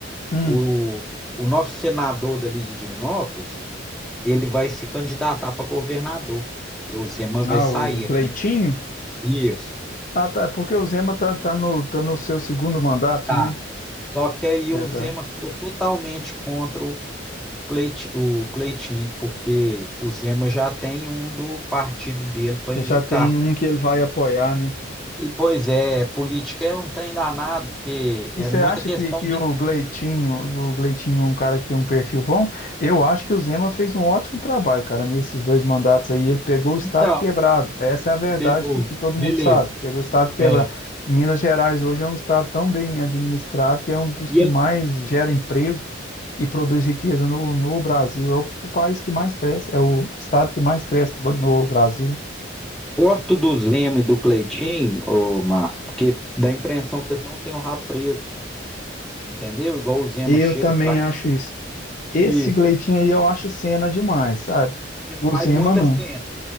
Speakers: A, on the left; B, in the centre.
A: Hum,
B: o, o nosso senador dali de Divinópolis, ele vai se candidatar para governador, porque o Zema vai
A: ah,
B: sair.
A: o Gleitinho?
B: Isso.
A: Ah, tá, é porque o Zema tá, tá no, tá no seu segundo mandato,
B: Tá.
A: né?
B: Só que aí
A: Verdade.
B: o Zema ficou totalmente contra o Cleit- o Cleitinho, porque o Zema já tem um do partido dele para
A: Ele
B: indicar.
A: já tem um que ele vai apoiar, né?
B: E, pois é, política é um trem danado, porque
A: E
B: é
A: você
B: muita
A: acha
B: questão
A: que, que
B: de.
A: o Gleitinho, o Gleitinho é um cara que tem um perfil bom? Eu acho que o Zema fez um ótimo trabalho, cara, nesses dois mandatos aí. Ele pegou o estado
B: Então,
A: quebrado. Essa é a verdade
B: pegou,
A: que, que todo
B: beleza.
A: mundo sabe. Pegou o estado quebrado.
B: É.
A: Minas Gerais hoje é um estado tão bem administrado que é um dos
B: E
A: que
B: ele
A: mais gera emprego e produz riqueza no, no Brasil. É o, o país que mais cresce, é o estado que mais cresce no Brasil.
B: gosto do Zema e do Cleitinho, ô Márcio, porque dá a impressão que eles não têm o rabo preso, entendeu? Igual o Zema
A: Eu
B: chega,
A: também
B: faz
A: acho isso. Esse
B: isso,
A: Gleitinho aí eu acho cena demais, sabe?
B: e
A: O
B: faz
A: Zema
B: muita
A: não.
B: cena.